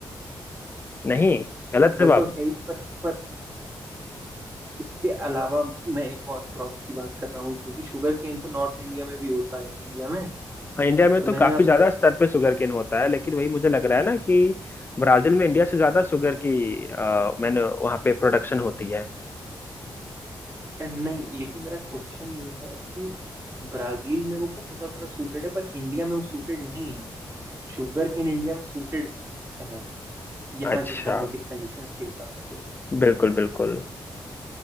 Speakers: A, on the left (about 25°); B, on the right (about 35°).
A: नहीं गलत
B: वो
A: जवाब
B: तो है ही पर पर उसके अलावा मैं एक और क्रॉप की बात कर रहा हूँ क्योंकि शुगर केन तो नॉर्थ इंडिया में भी होता है इंडिया में
A: हाँ इंडिया में
B: और
A: तो
B: मैंने
A: काफी
B: आपसे
A: ज्यादा स्तर पे शुगर केन होता है लेकिन वही मुझे लग रहा है ना कि ब्राजील में इंडिया से ज्यादा शुगर की मैंने वहाँ पे प्रोडक्शन होती है
B: अ, नहीं लेकिन मेरा क्वेश्चन ये है कि ब्राजील में वो बहुत ज्यादा सूटेड है पर इंडिया में वो सूटेड नहीं है शुगर केन इंडिया में सूटेड है यहाँ
A: अच्छा
B: के क्लाइमेटिक कंडीशंस के हिसाब से
A: बिल्कुल बिल्कुल